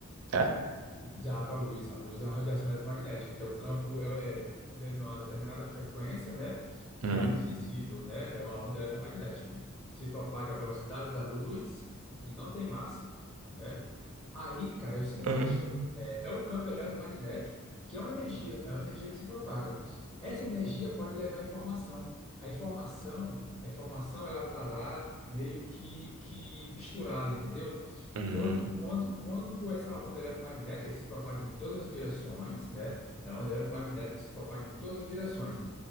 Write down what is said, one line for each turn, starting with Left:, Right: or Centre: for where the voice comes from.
Right: é?
Left: Exato, a luz. A luz é uma radiação eletromagnética, que é o campo, é, é de uma determinada frequência, né?
Right: Hum.
Left: Que é a luz visível, né? É uma onda eletromagnética. Se propaga a velocidade da luz e não tem massa, né? Aí, cara, é o seguinte:
Right: Hum,
Left: é, é o campo eletromagnético, que é uma energia, é uma energia que se propaga. Essa energia pode levar informação. A informação, a informação, ela tá lá meio que, que misturada, entendeu?
Right: Hum,
Left: Quando, quando, quando essa onda eletromagnética se propaga em todas as direções, né? É a onda eletromagnética que se propaga em todas as direções.